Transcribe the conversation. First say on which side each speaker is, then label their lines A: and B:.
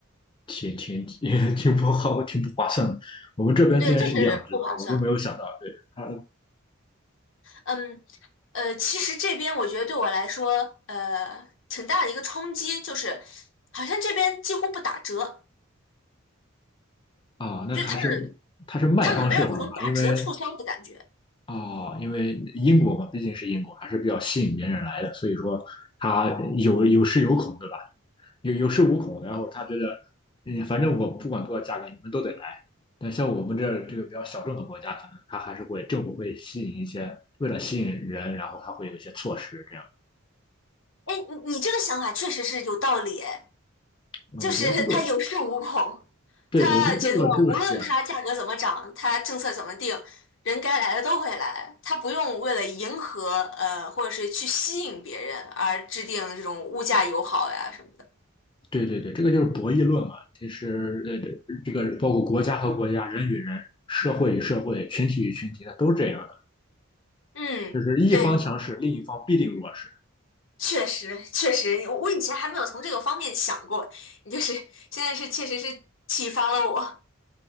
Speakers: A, on the left (about 25°); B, on the left (about 60°).
A: 挺挺 <laughs> 挺不好，挺不划算的。我们这边竟然是两折，
B: 对，就是不划算。
A: 我都没有想到。对，它
B: 嗯，呃，其实这边我觉得对我来说，呃，挺大的一个冲击，就是好像这边几乎不打折，
A: 啊，那还是
B: 就是他们
A: 它是卖方市场嘛，
B: 他们没有那种打折促销的感觉。
A: 因为哦，因为英国嘛，毕竟是英国，还是比较吸引别人来的，所以说它有有恃有恐，对吧？有有恃无恐，然后他觉得，嗯，反正我不管多少价格，你们都得来。但像我们这这个比较小众的国家，可能他还是会政府会吸引一些，为了吸引人，然后他会有一些措施这样。
B: 哎，你你这个想法确实是有道理诶
A: 嗯，
B: 就是
A: 我觉得这个，
B: <laughs> 他有恃无恐，
A: 对，
B: 他觉得无论它价格怎么涨，
A: 我觉得这个这个是这样，
B: 它政策怎么定，人该来的都会来，他不用为了迎合呃或者是去吸引别人而制定这种物价友好呀什么的。
A: 对对对，这个就是博弈论嘛。其实呃，这个包括国家和国家、人与人、社会与社会、群体与群体，它都是这样的，
B: 嗯，
A: 就是一方强势，
B: 对，
A: 另一方必定弱势。
B: 确实确实，我以前还没有从这个方面想过，你就是现在是确实是启发了我。